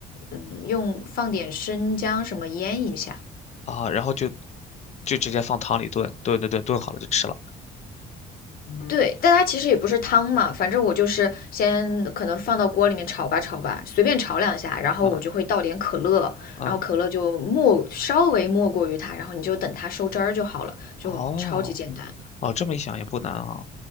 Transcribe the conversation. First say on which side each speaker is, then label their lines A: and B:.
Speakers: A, on the left (about 60°); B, on the left (about 40°).
A: 嗯用放点生姜什么腌一下。
B: 啊，然后就就直接放汤里炖，炖炖炖炖好了就吃了。
A: 对，但它其实也不是汤嘛，反正我就是先可能放到锅里面炒吧炒吧，随便炒两下，然后我就会倒点可乐，
B: 嗯嗯，
A: 然后可乐就没稍微没过于它，然后你就等它收汁儿就好了，就超级简单。
B: 哦哦，这么一想也不难啊，